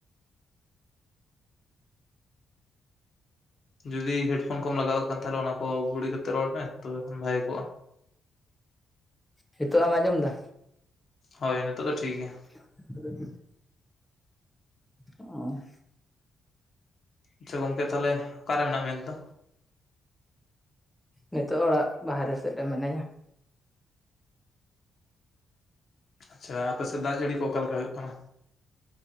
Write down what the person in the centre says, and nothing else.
ᱱᱤᱛᱳᱜ ᱮᱢ ᱟᱸᱡᱚᱢ ᱫᱟ?
<unintelligible> ᱚᱸ
ᱱᱤᱛᱚᱜ ᱚᱲᱟᱜ ᱵᱟᱦᱮᱨᱮ ᱥᱮᱫ ᱨᱮ ᱢᱤᱱᱟᱹᱧᱟ,